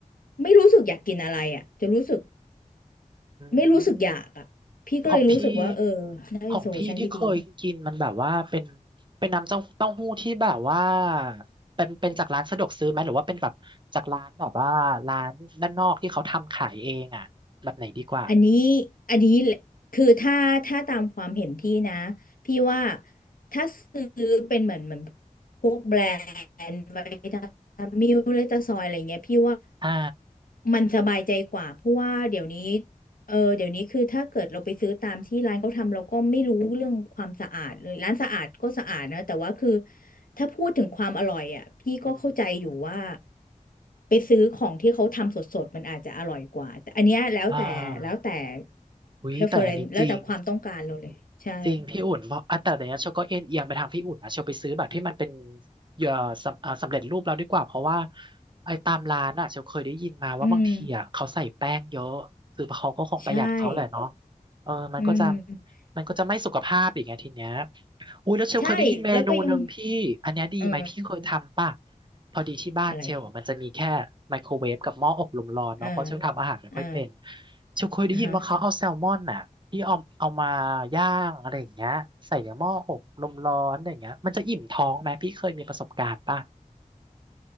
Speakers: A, on the left (about 80°); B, on the right (about 35°).
A: ไม่รู้สึกอยากกินอะไรอ่ะจะรู้สึก
B: อืม
A: ไม่รู้สึกอยากอ่ะพี่ก็เลยรู้สึกว่าเออ
B: ของพี่
A: น่าเป็นโซลูชันที่ดี
B: ของพี่ที่เคยกินมันแบบว่าเป็นเป็นน้ำเต้าเต้าหู้ที่แบบว่าเป็นเป็นจากร้านสะดวกซื้อไหมหรือว่าเป็นแบบจากร้านแบบว่าร้านด้านนอกที่เขาทำขายเองอ่ะแบบไหนดีกว่า
A: อันนี้อันนี้คือถ้าถ้าตามความเห็นพี่นะพี่ว่าถ้าซื้อเป็นเหมือนเหมือนพวกแบรนด์ไวตามิลเลตาซอยอะไรเงี้ยพี่ว่า
B: อ่า
A: มันสบายใจกว่าเพราะว่าเดี๋ยวนี้ เออเดี๋ยวนี้คือถ้าเกิดเราไปซื้อตามที่ร้านเขาทำเราก็ไม่รู้เรื่องความสะอาดเลยร้านสะอาดก็สะอาดนะแต่ว่าคือถ้าพูดถึงความอร่อยอ่ะพี่ก็เข้าใจอยู่ว่า
B: อม
A: ไปซื้อของที่เขาทำสดๆมันอาจจะอร่อยกว่าแต่อันเนี้ยแล้วแต่แล้วแต่
B: อ่าอุ๊ยแต่อันนี้จริง
A: preference แล้วแต่ความต้องการเราเลยใช่
B: จริงพี่อุ่นเพราะอ่ะแต่เดี๋ยวนี้เชลก็เอ็นเอียงไปทางพี่อุ่นนะเชลไปซื้อแบบที่มันเป็นเอ่อสำอ่าสำเร็จรูปแล้วดีกว่าเพราะว่าไอ้ตามร้านอ่ะเชลเคยได้ยินมาว่าบางทีอ่ะเขาใส่แป้งเยอะคือเขาก็คงประหยัดเขาแหละเนาะ
A: อืมใช่
B: เออมันก็จะ
A: อืม
B: มันก็จะไม่สุขภาพอีกไงทีเนี้ยอุ้ยแล้วเชลเคยได้ยินเมนูหนึ่งพี่อันเนี้ยดีไหมพี่เคยทำป่ะ
A: ใช่แล้วก็ยังเออ
B: พอดีที่บ้านเชลอะมันจะมีแค่ไมโครเวฟกับหม้ออบลมร้อนเนาะเพราะเชลทำอาหารไม่ค่อยเป็น
A: อะไรเออเออ
B: เชลเคยได้ยินว่าเขาเอาแซลมอนน่ะที่เอาเอามาย่างอะไรอย่างเงี้ยใส่ในหม้ออบลมร้อนอะไรอย่างเงี้ยมันจะอิ่มท้องไหมพี่เคยมีประสบการณ์ป่ะ
A: อ่าฮะ